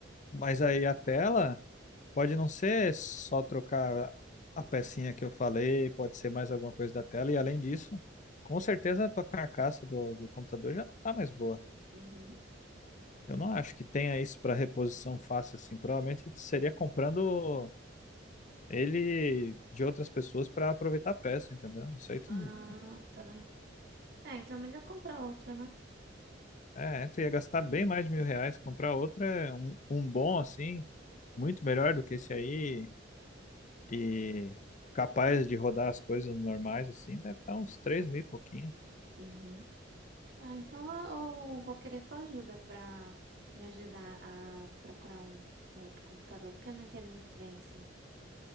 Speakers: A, on the left; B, on the right.
A: Mas aí a tela pode não ser só trocar a pecinha que eu falei, pode ser mais alguma coisa da tela, e além disso, com certeza a tua carcaça do, do computador já não tá mais boa.
B: Uhum.
A: Eu não acho que tenha isso para reposição fácil assim. Provavelmente seria comprando ele de outras pessoas para aproveitar a peça, entendeu? Isso aí tu,
B: Ah, tá. É, então é melhor comprar outra, né?
A: é, tu ia gastar bem mais de mil reais. Comprar outro é um, um bom assim, muito melhor do que esse aí e capaz de rodar as coisas normais assim. Deve estar uns três mil e pouquinho.
B: Uhum. Ah, então eu eu vou querer tua ajuda para me ajudar a procurar um, um outro computador, porque eu não entendo muito bem assim.